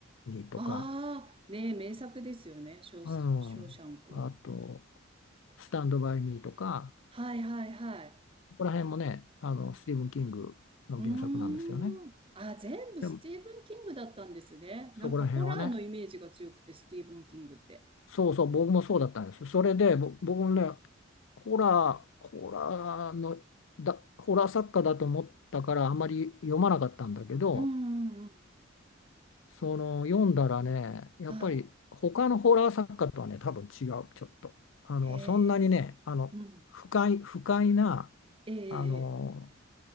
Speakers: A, on the left (about 70°); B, on the right (about 25°).
A: にとか、
B: ああ、ねえ、名作ですよね、ショー、
A: うん、
B: ショーシャンクは。
A: あと、スタンド・バイ・ミーとか、
B: はいはいはい。
A: そこら辺もね、あの、スティーブン・キングの原作なんですよね。
B: うーん。あ、全部スティーブン・
A: でも、
B: キングだったんですね。なんかホラーのイメージが強くて、
A: そこら辺はね、
B: スティーブン・キングって。
A: そうそう、僕もそうだったんですよ。それで、ぼ僕もね、ホラー、ホラーの、だ、ホラー作家だと思ったから、あまり読まなかったんだけど、
B: うんうんうん。
A: その、読んだらね、やっぱり、
B: はい。
A: 他のホラー作家とはね、多分違う、ちょっと。あの、
B: へえ。
A: そんなにね、あの、
B: うん。
A: 不快、不快な、
B: え
A: あの、
B: え、